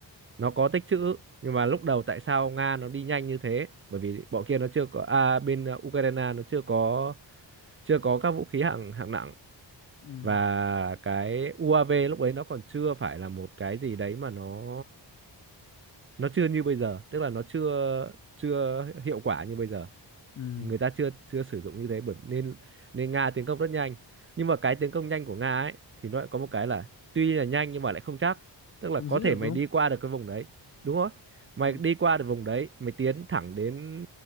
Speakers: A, on the right; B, on the left.
A: nó có tích trữ nhưng mà lúc đầu tại sao Nga nó đi nhanh như thế bởi vì bọn kia nó chưa có à, bên ờ, Ukraine nó chưa có chưa có các vũ khí hạng hạng nặng
B: Ừ,
A: và cái UAV lúc đấy nó còn chưa phải là một cái gì đấy mà nó nó chưa như bây giờ tức là nó chưa chưa hiệu quả như bây giờ
B: ừ,
A: người ta chưa chưa sử dụng như thế bởi nên nên Nga tiến công rất nhanh nhưng mà cái tiến công nhanh của Nga ấy thì nó lại có một cái là tuy là nhanh nhưng mà lại không chắc tức
B: không
A: là có
B: giữ
A: thể
B: được
A: mày
B: đúng
A: đi
B: không?
A: qua được cái vùng đấy đúng không mày
B: Ừ,
A: đi qua được vùng đấy mày tiến thẳng đến